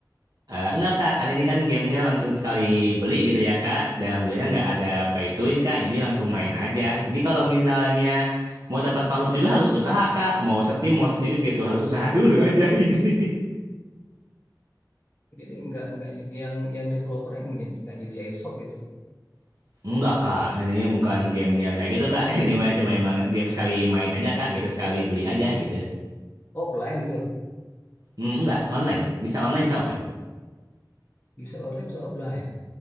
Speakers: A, on the right (about 60°); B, on the left (about 20°).
A: Eee, enggak, Kak, kan ini kan gamenya langsung sekali beli gitu ya, Kak, dan alhamdulillahnya nggak ada pay to win, Kak, jadi langsung main aja. Jadi kalau misalnya mau dapat makhluk juga harus usaha, Kak, mau setim, mau sendiri gitu, harus usaha dulu aja ini.
B: Jadi enggak enggak yang yang developer yang nyed- enggak nyediain shop gitu.
A: <laughs> Enggak, Kak, ini bukan game yang kayak gitu, Kak, <laughs> ini mah cuma emang game sekali main aja, Kak, gitu, sekali beli aja gitu.
B: Offline gitu.
A: Mmm, enggak, online, bisa online, bisa offline.
B: Bisa online bisa offline.